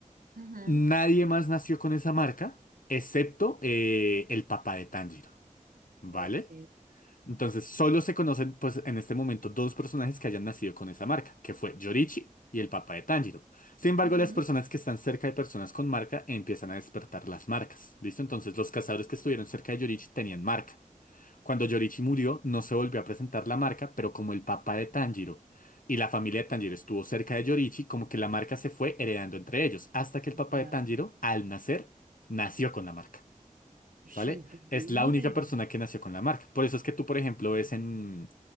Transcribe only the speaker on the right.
Ujú.
Ok.
Ujú.
Va.
Ush,
Increíble.